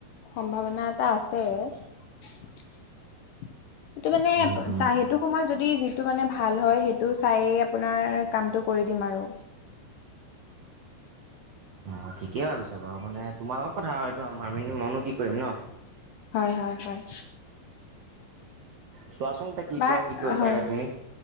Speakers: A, on the left; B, on the right.
A: সম্ভাৱনা এটা আছে সেইটো মানে
B: উম উম।
A: সেইটো সময়ত যদি যিটো মানে ভাল হয় সেইটো চাই আপোনাৰ কামটো কৰি দিম আৰু
B: অ ঠিকেই ভাবিছা বাৰু মানে তোমাৰ লগত কথা এইটো আম মনো কি কৰিম ন
A: হয় হয় হয়
B: চোৱাচোন এয়া কি
A: বাৰ
B: কৰা কি পাৰিবা
A: হয়
B: তুমি